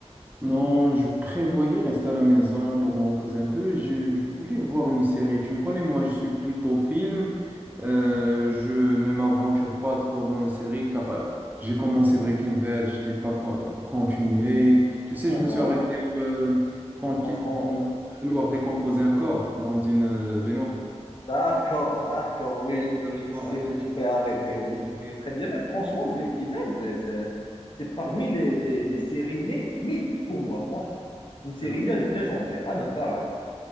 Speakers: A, on the right (about 15°); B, on the left (about 45°).
A: Non, je prévoyais rester à la maison pour me reposer un peu. Je, je voulais voir une série. Tu me connais, moi, je suis plutôt film. Euh, je ne m'aventure pas trop dans les séries car euh, j'ai commencé Breaking Bad, je l'ai pas con- continué. Tu sais,
B: Ah
A: je
B: non,
A: me suis arrêté au, euh, quand
B: franchement.
A: ils vont vouloir décomposer un corps dans une euh, baignoire.
B: D'accord, d'accord, oui,
A: Et
B: oui,
A: la baignoire,
B: je sais où
A: le,
B: tu
A: le plafond,
B: t'es arrêté,
A: c'est...
B: oui,
A: Oui,
B: je sais très bien. Mais franchement, Breaking Bad, euh, c'est c'est parmi les, les, les séries mé- mythes pour moi, franchement. Une série
A: oui,
B: lég- légendaire à ne pas rater.